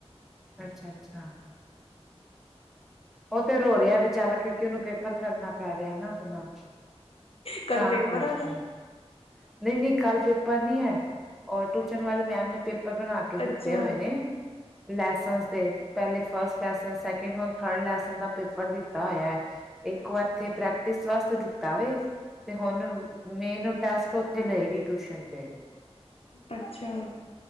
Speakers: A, in the centre; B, on the left.
A: ਅੱਛਾ-ਅੱਛਾ ਉਹ ਤੇ ਰੋ ਰਿਆ ਵਿਚਾਰਾ ਕਿਉਂਕਿ ਉਹਨੂੰ ਪੇਪਰ ਕਰਨਾ ਪੈ ਰਿਆ ਨਾ ਨਾ,
B: ਕੱਲ
A: ਤਾਂ
B: ਪੇਪਰ
A: ਕਰਕੇ
B: ਆ ਉਹਦਾ
A: ਨਹੀਂ-ਨਹੀਂ ਕੱਲ ਪੇਪਰ ਨਈਂ ਐਂ, ਔਰ ਟਿਊਸ਼ਨ ਵਾਲੀ ਮੈਮ ਨੇ ਪੇਪਰ ਬਣਾ ਕੇ ਦਿੱਤੇ
B: ਅੱਛਾ
A: ਹੋਏ ਨੇ, ਲੈਸਨਸ ਦੇ ਪਹਿਲੇ ਫਸਟ ਲੈਸਨ ਸੈਕਿੰਡ ਹ ਥਰਡ ਲੈਸਨ ਦਾ ਪੇਪਰ ਦਿੱਤਾ ਹੋਇਐ, ਇੱਕ
B: ਅੱਛਾ
A: ਉਹ ਇਥੇ
B: ਅੱਛਾ
A: ਪ੍ਰੈਕਟਿਸ ਵਾਸਤੇ ਦਿੱਤਾ ਵੇ ਤੇ ਹੁਨ, ਮੇਨ ਟੈਸਟ ਉੱਥੇ ਲਏਗੀ ਟਿਊਸ਼ਨ ਤੇ
B: ਅੱਛਾ